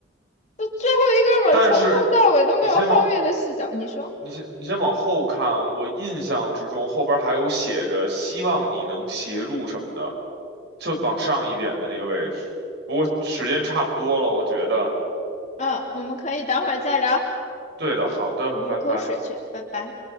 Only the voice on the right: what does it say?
但是你先往
你先你先往后看，我印象之中后边还有写着希望你能协助什么的，就往上一点的那个位置。不过时间差不多了，我觉得
对的，好的，
拜拜。